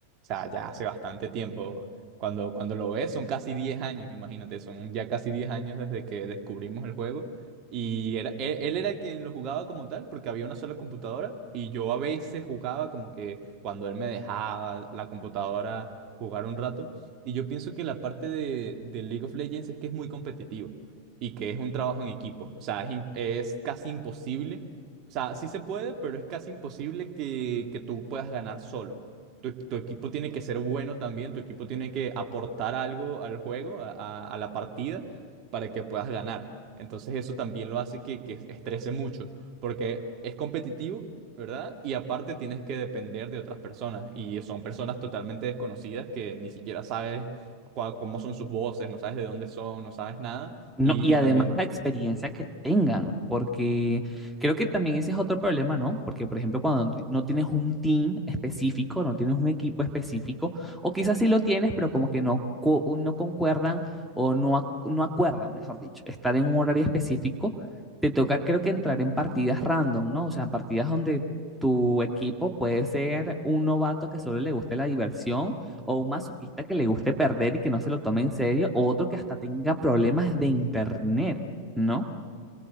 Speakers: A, on the right; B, in the centre.
A: sea, ya hace bastante tiempo. Cuando, cuando lo ves, son casi 10 años, imagínate, son ya casi 10 años desde que descubrimos el juego. Y era, él, él era quien lo jugaba como tal, porque había una sola computadora. Y yo a veces jugaba como que cuando él me dejaba la computadora jugar un rato. Y yo pienso que la parte de, de League of Legends es que es muy competitivo y que es un trabajo en equipo. O sea, es, im- es casi imposible. O sea, sí se puede, pero es casi imposible que, que tú puedas ganar solo. Tu, tu equipo tiene que ser bueno también, tu equipo tiene que aportar algo al juego, a a- a la partida, para que puedas ganar. Entonces eso también lo hace que, que estrese mucho, porque es competitivo, ¿verdad? Y aparte tienes que depender de otras personas, y son personas totalmente desconocidas que ni siquiera sabes cua- cómo son sus voces, no sabes de dónde son, no sabes nada,
B: No,
A: y,
B: y además
A: y también...
B: la experiencia que tengan, porque creo que también ese es otro problema, ¿no? Porque, por ejemplo, cuando ti- no tienes un team específico, no tienes un equipo específico, o quizás sí lo tienes, pero como que no, co- no concuerdan o no, ac- no acuerdan, mejor dicho, estar en un horario específico, te toca creo que entrar en partidas random, ¿no? O sea, partidas donde tu equipo puede ser un novato que solo le guste la diversión o un masoquista que le guste perder y que no se lo tome en serio, o otro que hasta tenga problemas de internet, ¿no?